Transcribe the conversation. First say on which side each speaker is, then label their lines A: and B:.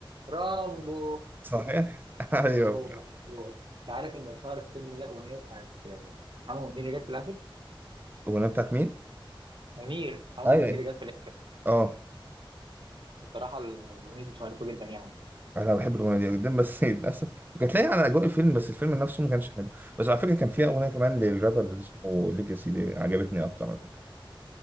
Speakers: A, on the right; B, on the right.
A: رامبو
B: صحيح <laughs>
A: <laughs>
B: ايوه
A: هو هو انت عارف ان اشهر الفيلم ده الاغنيه بتاعت آه، محمد منير جت في الاخر
B: الاغنيه بتاعت مين
A: منير محمد
B: ايوه
A: منير
B: أيوة.
A: جت في الاخر
B: اه
A: بصراحه الاغنيه دي شهرته جدا يعني
B: انا بحب الاغنيه دي جدا بس <laughs> للاسف كانت لاقيه على اجواء الفيلم بس الفيلم نفسه ما كانش حلو بس على فكره كان فيها اغنيه كمان للرابر اللي اسمه ليجاسي دي عجبتني اكتر على فكره